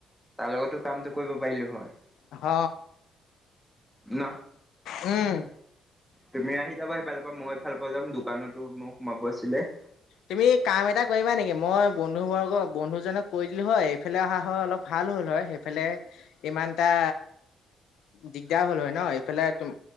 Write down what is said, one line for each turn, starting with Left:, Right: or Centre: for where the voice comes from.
Centre: তাৰ লগতো কামটো কৰিব পাৰিলো হয়।
Left: আহ।
Centre: ন
Left: উম।
Centre: তুমি আহি যাবা সেইফালৰ পৰা মই এইফালৰ পৰা যাম দোকানতো মোক সোমাব আছিলে।
Left: তুমি কাম এটা কৰিবা নেকি মই বন্ধু বৰ্গ বন্ধুজনক কৈ দিলো হয় এইফালে অহা হয় অলপ ভাল হল হয় সেইফালে ইমান এটা দিগদাৰ হল হয় ন এইফালে উম